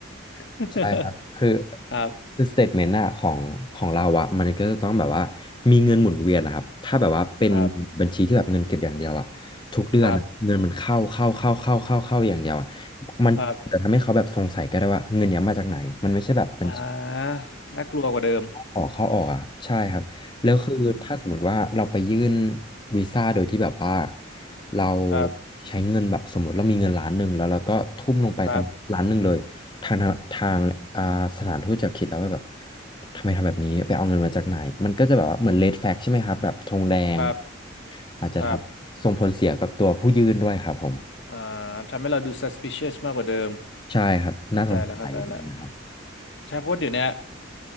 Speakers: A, on the left (about 60°); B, on the left (about 25°).
A: <laughs>
B: ใช่ครับคือ
A: ครับ
B: คือสเตทเมนต์อะของของเราอะมันก็จะต้องแบบว่ามีเงินหมุนเวียนนะครับถ้าแบบว่าเป็นบัญชีที่แบบเงินเก็บอย่างเดียวอะทุกเดือนเงินมันเข้าเข้าเข้าเข้าเข้าเข้าอย่างเดียวอะ
A: ครับครับ
B: มันจะทำให้เขาแบบสงสัยก็ได้ว่าเงินเนี้ยมาจากไหนมันไม่ใช่แบบบัญ
A: ครับอ่าน่ากลัวกว่าเดิม
B: ออกเข้าออกอ่ะใช่ครับแล้วคือถ้าสมมติว่าเราไปยื่น
A: อืมอืมอืม
B: วีซ่าโดยที่แบบว่าเรา
A: ครับ
B: ใช้เงินแบบสมมติเรามีเงินล้านหนึ่งแล้วเราก็ทุ่มลงไปตั้งล้านหนึ่งเลยทางทางอ่าสถานทูตจะคิดแล้วว่าแบบ
A: ครับ
B: ทำไมทำแบบนี้ไปเอาเงินมาจากไหนมันก็จะแบบว่าเหมือนเลดแฟกใช่ไหมครับแบบธงแดง
A: ครับ
B: อาจจะทำส่งผลเสียกับตัวผู้ยื่นด้วยครับผม
A: ครับอ่าทำให้เราดู suspicious มากกว่าเดิม
B: ใช่ครับน่าสงสัยตรงนี้ครับ
A: เข้าใจแล้วเข้าใจแล้วใช่เพราะเดี๋ยวเนี้ย